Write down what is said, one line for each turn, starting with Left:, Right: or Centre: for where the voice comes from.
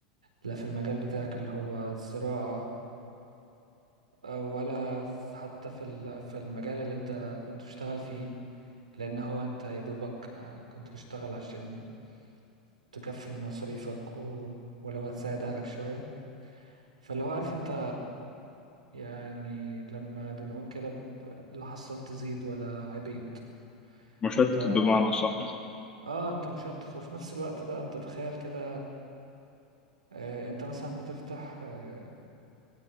Right: لا في المجال بتاعك اللي هو الزراعة آه، ولا في- حتى في ال- في المجال اللي انت كنت بتشتغل فيه لان هو انت يا دوبك آه، كنت بتشتغل عشان تكفي مصاريفك و... ولو هتساعد اهلك شوية فاللي هو عارف انت يعني لما بنقول كده ب- لا حصلت زيد ولا عبيد
Left: مشت
Right: انت
Left: بمعنى صح
Right: اه انت مشتت وفي نفس الوقت بقى انت تخيل كده آه، انت مثلا بتفتح آه،